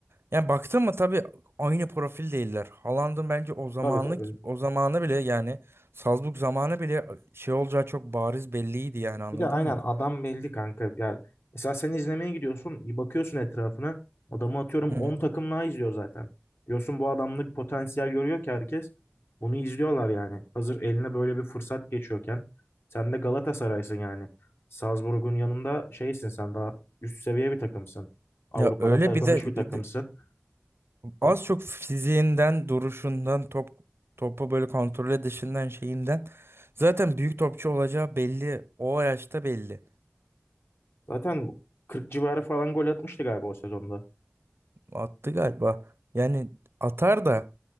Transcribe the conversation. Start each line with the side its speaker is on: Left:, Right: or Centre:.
Right: yani baktın mı tabii aynı profil değiller Haaland'ın bence o zamanlık
Left: Tabii tabii.
Right: o zamanı bile yani Salzburg zamanı bile şey olacağı çok bariz belliydi yani anladın
Left: Bir de aynen
Right: mı?
Left: adam belli kanka. Ya mesela sen izlemeye gidiyorsun, bir bakıyorsun etrafına. Adamı atıyorum
Right: Hı
Left: 10
Right: hı.
Left: takım daha izliyor zaten. Diyorsun bu adamda bir potansiyel görüyor ki herkes. Bunu izliyorlar yani. Hazır eline böyle bir fırsat geçiyorken. Sen de Galatasaray'sın yani. Salzburg'un yanında şeysin sen daha üst seviye bir takımsın. Avrupa'da
Right: Ya öyle
Left: tanınmış
Right: bir de
Left: bir takımsın.
Right: bir de
Left: A-
Right: Az çok fiziğinden, duruşundan, top topu böyle kontrol edişinden, şeyinden zaten büyük topçu olacağı belli. O yaşta belli.
Left: Zaten 40 civarı falan gol atmıştı galiba o sezonda.
Right: Attı galiba. Yani atar da